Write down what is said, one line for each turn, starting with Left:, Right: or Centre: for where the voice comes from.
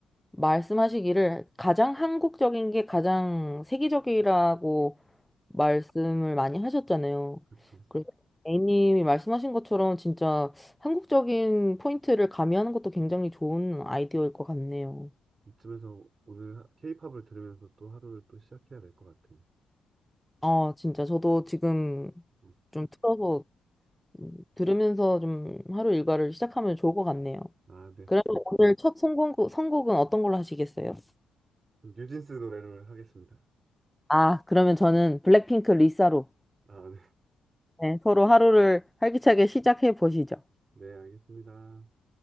Centre: 말씀하시기를 가장 한국적인 게 가장 세계적이라고 말씀을 많이 하셨잖아요.
Right: 그쵸
Centre: 그래서 A님이 말씀하신 것처럼 진짜 한국적인 포인트를 가미하는 것도 굉장히 좋은 아이디어일 것 같네요.
Right: 이쯤에서 오늘 하- 케이팝을 들으면서 또 하루를 또 시작해야 될 것 같아요.
Centre: 아 진짜 저도 지금
Right: 네.
Centre: 좀 틀어서 음, 들으면서 좀 하루 일과를 시작하면 좋을 것 같네요.
Right: 아, 네.
Centre: 그러면 오늘 첫 선곡, 선곡은 어떤 걸로 하시겠어요?
Right: 좀 뉴진스 노래를 하겠습니다.
Centre: 아, 그러면 저는 블랙핑크 리사로
Right: 아, 네.
Centre: 네, 서로 하루를 활기차게 시작해 보시죠.
Right: 네, 알겠습니다.